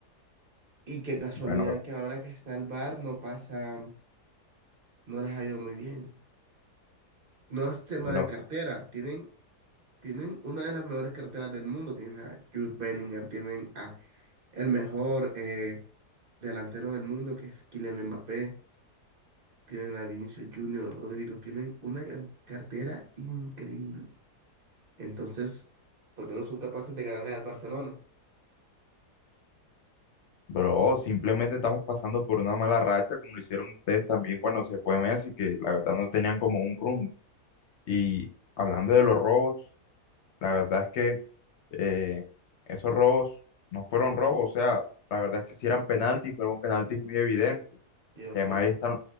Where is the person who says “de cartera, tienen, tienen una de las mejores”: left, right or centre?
Right